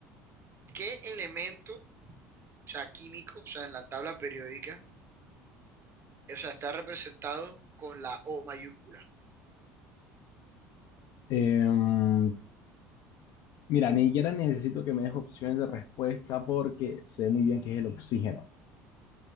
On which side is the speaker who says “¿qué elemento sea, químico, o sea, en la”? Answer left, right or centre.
Right